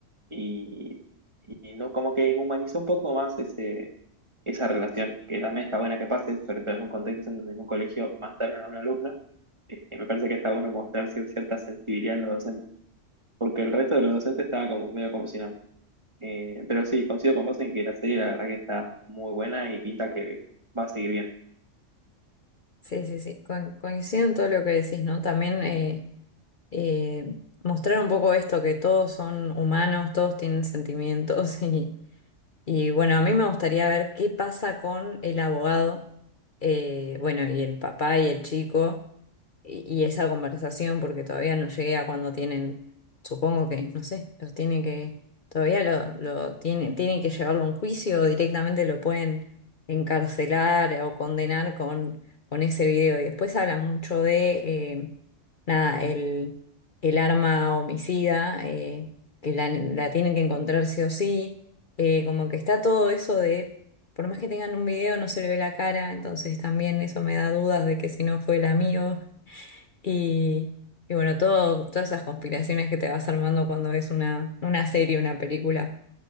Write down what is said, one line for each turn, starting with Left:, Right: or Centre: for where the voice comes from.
Right: y, y no, como que humanizó un poco más ese, esa relación, que también está buena que pase, sobre todo en un contexto en donde en un colegio mataron a una alumna. Eh, me parece que está bueno mostrar cier- cierta sensibilidad en los docentes, porque el resto de los docentes estaba como medio como si nada. Eh, pero sí, coincido con vos en que la serie la verdad que está muy buena y pinta que va a seguir bien.
Left: Sí, sí, sí. Con- coincido en todo lo que decís, ¿no? También eh, eh, mostrar un poco esto, que todos son humanos, todos tienen sentimientos <laughs> y, y bueno, a mí me gustaría ver qué pasa con el abogado, eh, bueno, y el papá y el chico. y, y esa conversación, porque todavía no llegué a cuando tienen, supongo que, no sé, los tiene que, todavía lo, lo tienen, tienen que llevarlo a un juicio o directamente lo pueden encarcelar eh, o condenar con, con ese video. Y después habla mucho de, eh, nada, el, el arma homicida, eh, que la, la tienen que encontrar sí o sí, eh, como que está todo eso de... Por más que tengan un video, no se le ve la cara, entonces también eso me da dudas de que si no fue el amigo. Y, y bueno, todo, todas esas conspiraciones que te vas armando cuando ves una, una serie, una película.